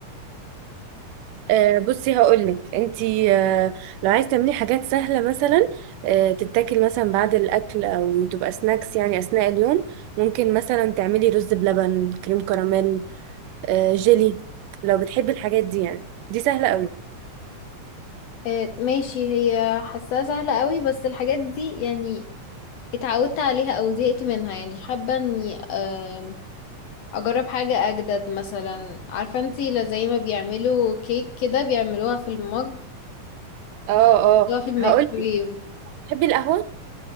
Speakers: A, on the right; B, on the left.
A: آه بصي هقولك انتي آه لو عايز تعملي حاجات سهله مثلا آه تتاكل مثلا بعد الاكل او تبقى سناكس يعني اثناء اليوم ممكن مثلا تعملي رز بلبن كريم كراميل آه جيلي لو بتحبي الحاجات دي يعني دي سهله قوي
B: آه ماشي هي حاساها سهله قوي بس الحاجات دي يعني اتعودت عليها او زهقت منها يعني حابه اني آم، اجرب حاجه اجدد مثلا عارفه انتي لا زي ما بيعملوا كيك كده بيعملوها في المج
A: اه اه
B: بيعملوها في الميكرويف
A: هقولك بتحبي القهوه